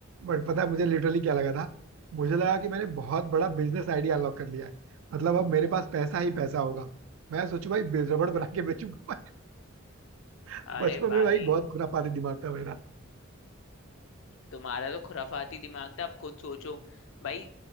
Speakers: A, on the right (about 75°); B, on the left (about 65°).
A: बट पता है मुझे लिटरली क्या लगा था मुझे लगा कि मैंने बहुत बड़ा बिजनेस आइडिया अनलॉक कर लिया है मतलब अब मेरे पास पैसा ही पैसा होगा मैं सोचू भाई बे- रबड़ बना के बेचूंगा <laughs>
B: अरे
A: बचपन
B: भाई
A: में भाई बहुत खुरापाती दिमाग था मेरा
B: तुम्हारा तो खुराफाती दिमाग था अब खुद सोचो भाई